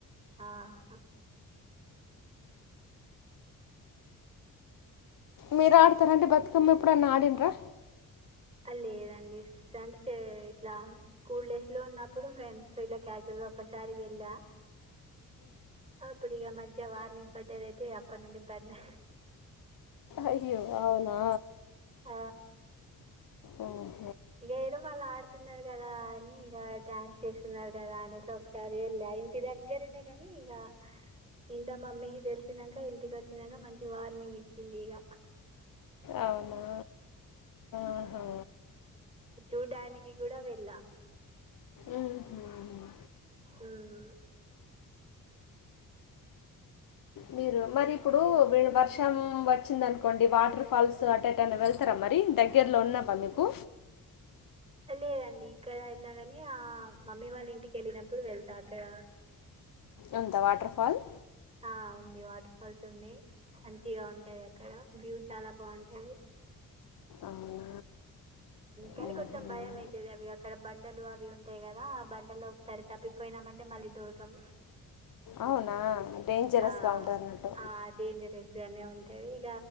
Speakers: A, on the right; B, on the left.
A: ఆహ్
B: మీరడ్తారంటే బతుకమ్మ ఎప్పుడన్న ఆడింన్రా
A: అ లేదండి సెంట్స్ ఎ ఇట్లా స్కూల్ డేస్ లో ఉన్నప్పుడు ఫ్రెండ్స్ తో ఇట్లా క్యాజువల్గా ఒకసారి వెళ్ళ అప్పుడిగ మంచిగా వార్నింగ్ పడ్డదైతే ఇగ అప్పనుండిబ్బంద్
B: అయ్యో అవునా
A: హ
B: ఓహ
A: ఇంగేదో వాళ్ళు ఆడుతున్నారు కదా అని ఇగ డాన్స్ చేస్తున్నారు కదా అనేసి ఒకసారి వెళ్ళ ఇంటి దగ్గరనే కాని ఇగ ఇంట మమ్మీకి తెలిసినంక ఇంటికచ్చినంక మంచి వార్నింగ్ ఇచ్చింది ఇగ
B: అవునా ఆహా.
A: చూడ్డానికి కూడా వెళ్ళా
B: మ్మ్.
A: ఉమ్
B: మీరు మరి ఇప్పుడు
A: ఇంకా
B: వర్షం వచ్చిందం కోండి వాటర్ ఫాల్స్ అట్టేటన్న వెళ్తారా మరి దగ్గర్లో ఉన్నావా మీకు
A: లేదండి ఇక్కడ ఎళ్ళగానే ఆ మమ్మీ వాళ్ళ ఇంటికి ఎళ్ళినప్పుడు వెళ్తా అక్కడ
B: ఉంతా వాటర్ ఫాల్
A: ఆ ఉంది వాటర్ ఫాల్స్ ఉంది మంచిగా ఉంటాది అక్కడ వ్యూ చాలా బాగుంటాది
B: అవునా
A: కానీ
B: మ్మ్.
A: కొంచెం భయం అయితది అవి అక్కడ బం బంటలు అవి ఉంటాయి కదా బంటల్లో ఒకసారి తప్పిపోయినామంటె మళ్ళీ దొరకం
B: అవునా డేంజరెస్స్గా
A: ఆ!
B: ఉంటదన్నట్టు
A: ఆ! డేంజరస్‌గానే ఉంటది ఇగ